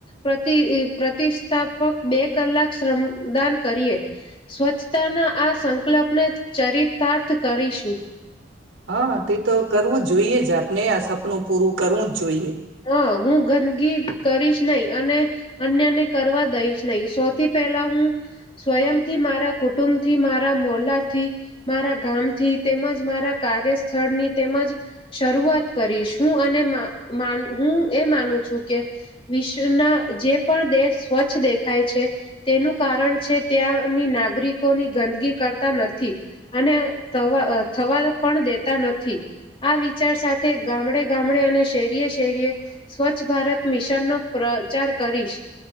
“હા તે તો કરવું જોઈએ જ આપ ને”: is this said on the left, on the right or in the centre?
Right